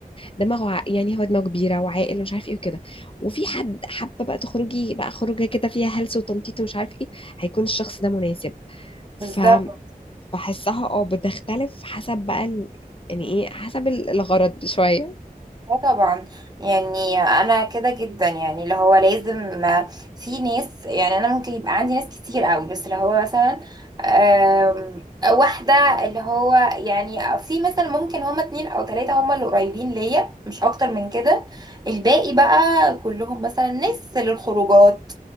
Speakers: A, on the left; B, on the right.
A: دماغه ع... يعني هو دماغه كبيره وعاقل ومش عارف ايه وكده وفي حد حابه بقى تخرجي بقى خروجه كده فيها هلس وتنطيط ومش عارف ايه هيكون الشخص ده مناسب ف
B: بالظبط
A: بحسها اه بتختلف حسب بقى ال... يعني ايه حسب ال- الغرض شويه
B: اه طبعا يعني انا كده جدا يعني اللي هو لازم ما- في ناس يعني انا ممكن يبقى عندي ناس كتير قوي بس اللي هو مثلا آم، واحدة اللي هو يعني في مثلا ممكن هما اتنين او تلاتة هما اللي قريبين ليا مش اكتر من كده الباقي بقى كلهم مثلا ناس للخروجات